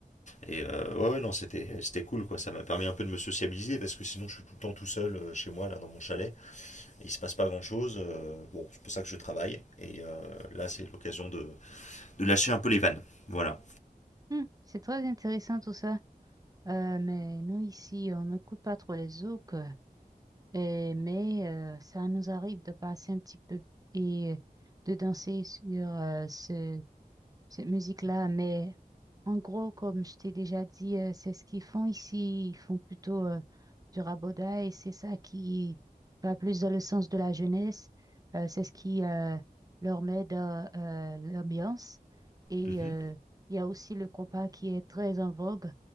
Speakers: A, on the left; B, on the right.
A: Et euh, ouais, ouais, non, c'était c'était cool, quoi. Ça m'a permis un peu de me sociabiliser, parce que sinon, je suis tout le temps tout seul euh, chez moi, là, dans mon chalet. Il se passe pas grand chose. euh, bon, c'est pour ça que je travaille. Et euh, là, c'est l'occasion de, de, lâcher un peu les vannes. Voilà.
B: Hmm, c'est très intéressant tout ça. Euh, mais nous ici, on n'écoute pas trop les zouks, euh, et- mais euh, ça nous arrive de passer un petit peu et euh, de danser sur euh, ce cette musique-là, mais en gros, comme je t'ai déjà dit, euh, c'est ce qu'ils font ici. Ils font plutôt euh, du raboda et c'est ça qui va plus dans le sens de la jeunesse. Euh, c'est ce qui euh, leur met dans euh, l'ambiance. Et
A: Mm -hmm.
B: euh, il y a aussi le compas qui est très en vogue.